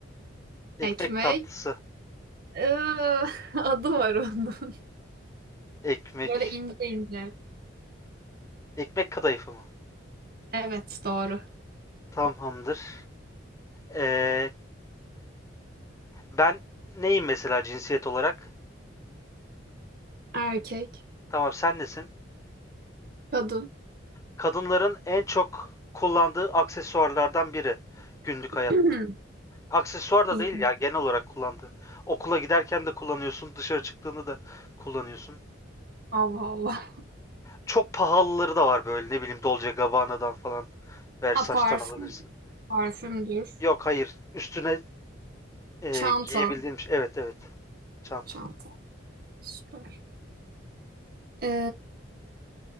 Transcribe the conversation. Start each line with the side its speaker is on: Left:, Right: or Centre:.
Left: Ekmek
Right: Ekmek.
Left: tatlısı.
Right: Iıı, <laughs> adı var onun.
Left: Ekmek.
Right: Böyle ince ince.
Left: Ekmek kadayıfı mı?
Right: Evet doğru.
Left: Tamamdır. Ee, ben neyim mesela cinsiyet olarak?
Right: Erkek.
Left: Tamam sen nesin?
Right: Kadın.
Left: Kadınların en çok kullandığı aksesuarlardan biri günlük
Right: <clears throat>
Left: hayatta. Aksesuar da
Right: İyi.
Left: değil ya genel olarak kullandığı. Okula giderken de kullanıyorsun, dışarı çıktığında da kullanıyorsun.
Right: Allah Allah.
Left: Çok pahalıları da var böyle ne bileyim Dolce Gabbana'dan falan Versace'tan
Right: Ha parfüm.
Left: alabilirsin.
Right: Parfümdür.
Left: Yok hayır üstüne e,
Right: Çanta.
Left: giyebildiğin bir şey. Evet evet çanta.
Right: Çanta. Süper. Ee,